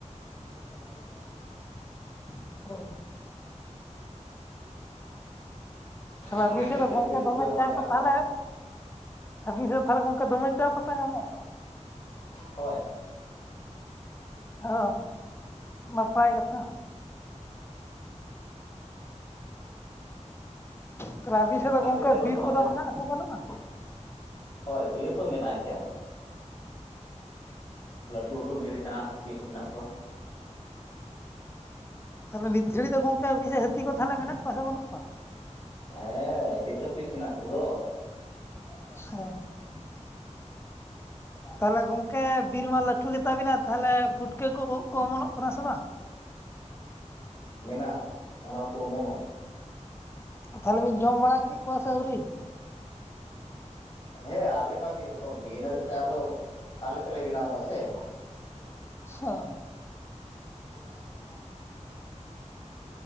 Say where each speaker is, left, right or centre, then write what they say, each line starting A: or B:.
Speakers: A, on the left; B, on the left.
A: <inaudible> ᱛᱟᱦᱚᱞᱮ
B: ᱥᱚᱸᱜᱮ
A: ᱵᱤᱥᱮᱫ
B: ᱛᱮ ᱪᱟᱹᱠᱨᱤ
A: ᱫᱚ ᱜᱚᱝᱠᱮ
B: ᱱᱚᱠᱨᱤ
A: ᱫᱚᱢᱮ
B: ᱦᱚᱲ
A: ᱪᱟ
B: ᱢᱮᱱᱟᱜ
A: ᱠᱚ
B: ᱠᱚᱣᱟ᱾
A: ᱛᱟᱦᱚᱞᱮ ᱟᱹᱵᱤᱱ ᱥᱮᱫ ᱛᱟᱦᱚᱞᱮ ᱜᱚᱢᱠᱮ ᱫᱚᱢᱮ ᱪᱟ ᱯᱟᱛᱟ ᱧᱟᱢᱚᱜᱼᱟ ᱛᱚ
B: ᱦᱚᱭ
A: ᱚᱸ ᱱᱟᱯᱟᱭ ᱠᱟᱛᱷᱟ ᱛᱟᱦᱚᱞᱮ ᱟᱹᱵᱤᱱ ᱥᱮᱜ ᱫᱚ
B: ᱟᱯᱮ
A: ᱜᱚᱝᱠᱮ
B: ᱥᱮᱫ ᱵᱟᱹᱱᱩᱜᱼᱟ
A: ᱵᱤᱨ ᱠᱚᱫᱚ
B: ᱪᱟ
A: ᱢᱮᱱᱟᱜ ᱟᱥᱮ ᱵᱟᱹᱱᱩᱜᱼᱟ
B: ᱦᱳᱭ ᱵᱤᱨ ᱫᱚ ᱢᱮᱱᱟᱜ ᱜᱮᱭᱟ ᱞᱟᱹᱴᱩ ᱞᱟᱹᱴᱩ ᱵᱤᱨ ᱦᱮᱱᱟᱜᱼᱟ ᱦᱟᱹᱛᱤ ᱦᱚᱸ ᱢᱮᱱᱟᱜ ᱠᱚᱣᱟ
A: ᱛᱟᱦᱞᱮ ᱱᱤᱛ ᱜᱷᱟᱹᱲᱤ ᱫᱚ ᱜᱚᱝᱠᱮ ᱟᱵᱤ ᱥᱮᱫ ᱦᱟᱹᱛᱤ ᱠᱚ ᱛᱟᱦᱚᱞᱮ ᱢᱮᱱᱟᱜ ᱠᱚᱣᱟ ᱥᱮ ᱵᱟᱹᱱᱩᱜ ᱠᱚᱣᱟ
B: ᱮ ᱰᱮᱴᱟ ᱯᱤᱥ ᱦᱮᱱᱟᱜ ᱠᱚᱫᱚ
A: <unintelligible>
B: <inaudible>
A: ᱛᱟᱦᱚᱞᱮ ᱜᱚᱝᱠᱮ ᱵᱤᱨ ᱢᱟ ᱞᱟᱹᱴᱩ ᱜᱮᱛᱟ ᱵᱤᱱᱟ ᱛᱟᱦᱚᱞᱮ ᱯᱩᱴᱠᱟᱹ ᱠᱚ ᱳᱫ ᱠᱚ ᱚᱢᱚᱱᱚᱜ ᱠᱟᱱᱟ ᱥᱮ ᱵᱟᱝ
B: ᱢᱮᱱᱟᱜ-ᱟᱚᱱᱟ ᱠᱚ ᱚᱢᱚᱱᱚᱜ ᱜᱮᱭᱟ
A: ᱛᱟᱦᱚᱞᱮ ᱵᱮᱱ ᱡᱚᱢ ᱵᱟᱲᱟ ᱠᱮᱫ ᱠᱚᱣᱟ ᱥᱮ ᱟᱹᱣᱨᱤ
B: ᱦᱮᱸ ᱟᱞᱮ ᱢᱟ ᱢᱤᱫ ᱨᱚᱠᱚᱢ ᱜᱮ ᱤᱱᱟᱹ ᱠᱟᱛᱮ ᱟᱨᱦᱚᱸ ᱟᱞᱮ ᱛᱮᱞᱮ ᱵᱮᱱᱟᱣ ᱮᱫᱟ ᱥᱮ
A: ᱚᱸ ᱵᱷᱟᱭ ᱢᱟ ᱚᱱᱠᱟ <inaudible>